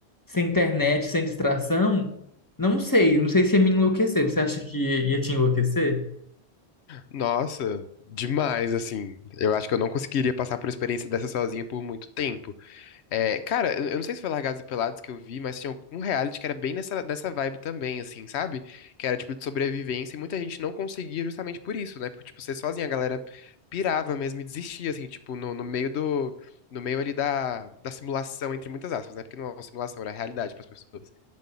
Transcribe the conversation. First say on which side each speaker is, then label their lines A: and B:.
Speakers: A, on the left; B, on the left.
A: sem internet, sem distração. Não sei. Não sei se ia me enlouquecer. Você acha que ia te enlouquecer?
B: Nossa, demais, assim. Eu acho que eu não conseguiria passar por uma experiência dessa sozinha por muito tempo. É, cara, eu eu não sei se foi Largados e Pelados que eu vi, mas tinha algum reality que era bem nessa, nessa vibe também, assim, sabe? Que era tipo de sobrevivência e muita gente não conseguia justamente por isso, né? Por, tipo, ser sozinha, a galera pirava mesmo e desistia, assim, tipo, no, no meio do. No meio ali da, da simulação, entre muitas aspas, né? Porque não é uma simulação, era realidade para as pessoas.